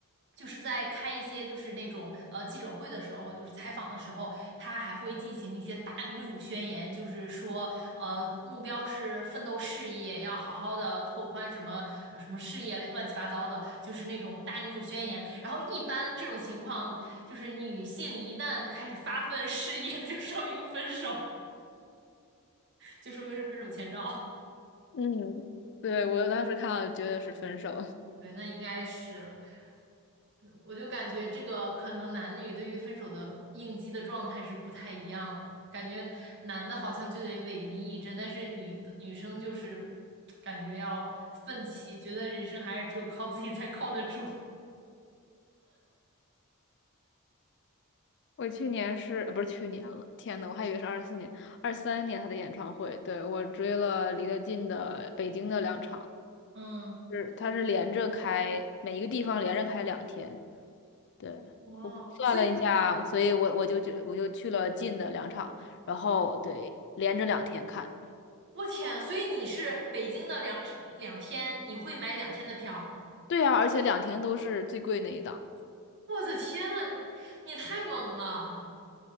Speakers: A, on the right; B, on the left.
A: 就是在开一些就是那种呃记者会的时候，就是采访的时候，他还会进行一些大女主宣言，就是说呃目标是奋斗事业，要好好的拓宽什么呃什么事业乱七八糟的，就是那种大女主宣言。然后一般这种情况，就是女性一旦开始发奋事业，<laughs> 就说明分手，就说明是分手前兆。
B: 嗯，对，我当时看到觉得是分手。
A: 对，那应该是。嗯我就感觉这个可能男女对于分手的应激的状态是不太一样的，感觉男的好像就得萎靡一阵，但是女的女生就是感觉要奋起，觉得人生还是只有靠自己才靠得住。<laughs>
B: 我去年是，呃不是去年了，天呐，我还以为是二四年、二三年他的演唱会。对，我追了离得近的北京的两场，
A: 嗯，
B: 是他是连着开，每一个地方连着开两天。对，
A: 哇，
B: 我算了一下，
A: 所以你
B: 所以我我就去我就去了近的两场，然后对，连着两天看。
A: 我天，所以你是北京的两只两天，你会买两天的票？
B: 对啊，而且两天都是最贵那一档。
A: 我的天呐，你你太猛了！